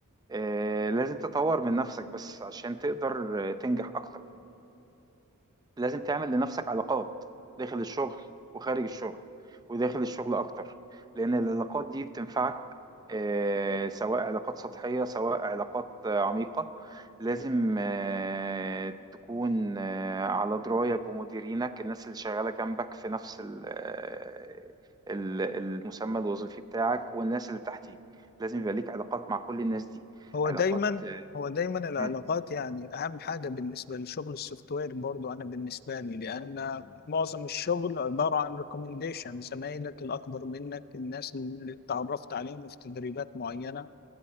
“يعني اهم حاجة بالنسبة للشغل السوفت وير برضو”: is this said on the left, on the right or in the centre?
Left